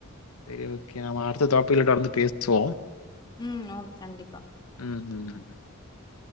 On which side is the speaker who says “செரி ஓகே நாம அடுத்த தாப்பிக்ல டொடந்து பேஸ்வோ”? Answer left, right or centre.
Left